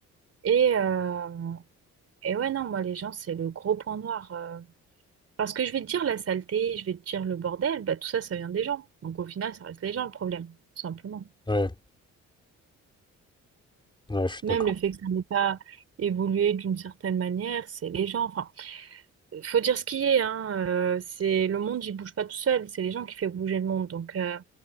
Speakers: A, on the right; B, on the left.
A: Et, euh, Et ouais, non, moi, les gens, c'est le gros point noir. euh. Parce que je vais te dire la saleté, je vais te dire le bordel, bah, tout ça, ça vient des gens. Donc au final, ça reste les gens le problème, tout simplement.
B: Ouais, ouais, je suis
A: Même
B: d'accord.
A: le fait que ça n'ait pas évolué d'une certaine manière, c'est les gens. Enfin, faut dire ce qui est, hein. euh, c'est le monde, il bouge pas tout seul. C'est les gens qui font bouger le monde. Donc euh,